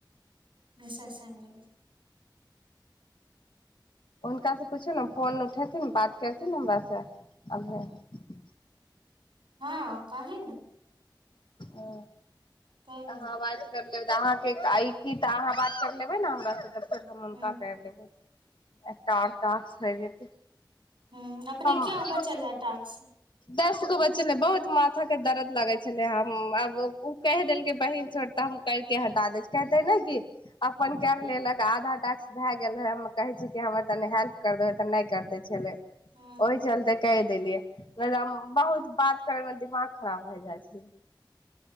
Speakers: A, on the right (about 80°); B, on the left (about 75°).
A: बस सग
B: हनकास से पूछो ने फोन उठेथिे न बात करथि न हमरास से अभी
A: हँ काह ने
B: ओ
A: कहले
B: ह बाजे ल तऽ अहाँकेइ की तऽ अहाँ बात कर लेबै ने हमरासँ तऽ फर हम हुनका
A: हूँ
B: कर लेबै हो जेतै
A: ह अपने
B: हम
A: क्या बचल है टस
B: दस गो बच्चे ल बहुत माथा के दर्द लगे छले हम आब ओ कहि देलकै बहिन छोट तऽ हम कर के हटा दे छ कहते ने की अपन कर लेलक आधा टास्क भए गेल रहे हम कहे छी कि हमर तनी हेल्प कर देबे तऽ नहि कर देै छले
A: हूँ
B: ओहि चलते कै सेलिये बहुत बात करैमे भ खराब भ जा छै